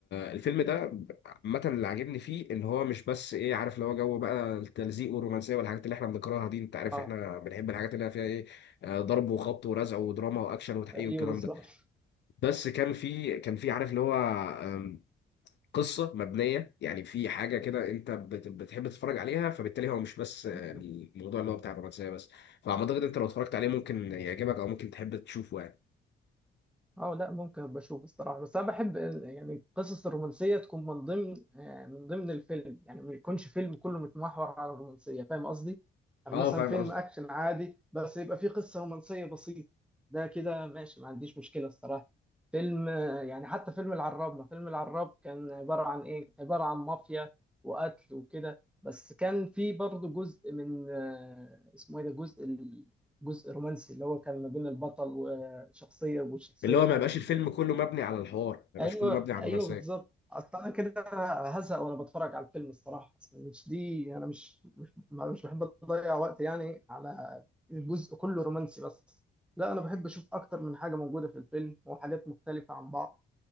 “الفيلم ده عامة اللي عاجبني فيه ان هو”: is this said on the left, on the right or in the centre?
Left